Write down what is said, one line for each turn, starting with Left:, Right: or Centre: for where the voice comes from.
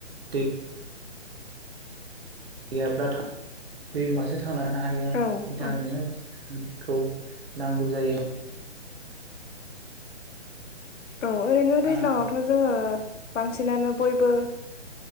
Right: दै <unintelligible> <unintelligible> हायो बिनि
Left: औ
Right: थाखायनो।
Left: औ
Right: खौ नांगौ जायो।
Left: औ ओरैनो दैज्लाङावथ
Right: आरो
Left: जोङो। बांसिनानो बयबो